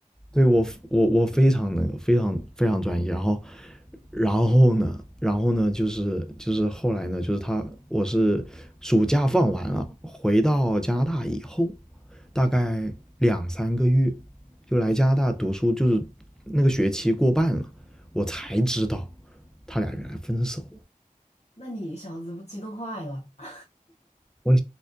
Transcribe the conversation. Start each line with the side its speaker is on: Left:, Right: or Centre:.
Centre: 对我我我非常那个非常非常专业，然后然后呢，然后呢就是就是后来呢，就是他我是暑假放完了，回到加拿大以后，大概两三个月就来加拿大读书，就是那个学期过半了，我才知道他俩原来分手。
Left: 那你小子不激动坏了 <laughs>
Centre: 我